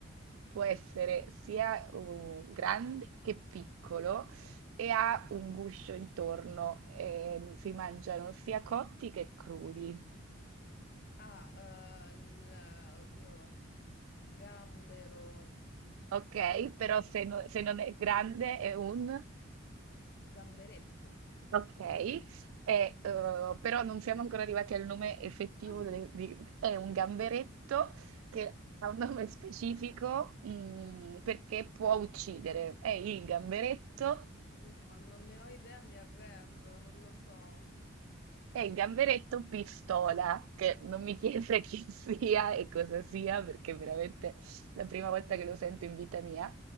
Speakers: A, on the right (about 80°); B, on the left (about 55°).
A: può essere sia uh, grande che piccolo e ha un guscio intorno, ehm, si mangiano sia cotti che crudi,
B: Ah, eh, il, oddio, gambero,
A: ok? Però
B: eh,
A: se, no- se non è grande è un...
B: gamberetto.
A: Okay, e, uhm, però non siamo ancora arrivati al nome effettivo
B: <laughs>
A: de di è un gamberetto che ha un nome specifico, mhmm, perché può uccidere. È il gamberetto
B: Ah, No, non ne ho idea, mi arrendo, non lo so.
A: è il gamberetto pistola, che non mi chiede chi <laughs> sia e cosa sia, perché è veramente la prima volta che lo sento in vita mia.